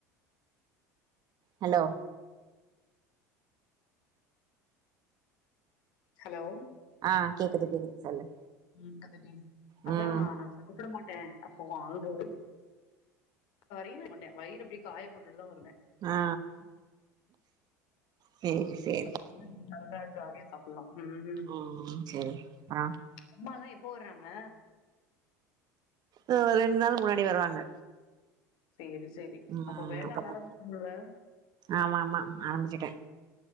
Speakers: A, on the right; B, on the left.
A: ஹலோ
B: ஹலோ
A: ஆ கேக்குது கேக்குது சொல்லு
B: ம் அந்த டேஸ்ட்
A: ம்
B: அதா நா சாப்புட மாட்ட அப்போ வாங்கு வரின மாட்ட வயிற அப்டியே காய போட்டுட்டுதா வருவ
A: ஆ சேரி சேரி
B: அப்பதா ஜாலியா சாப்புல்லா ம்
A: ம் சேரி அப்றோ
B: அம்மாலா எப்போ வர்றாங்க
A: அ ஒரு ரெண் நாள் முன்னாடி வருவாங்க
B: சேரி சேரி
A: ம்
B: அப்ப வேல
A: அப்பதா
B: ஆரம்பிச்சுங்களா
A: ஆமா ஆமா ஆரம்பிச்சுட்ட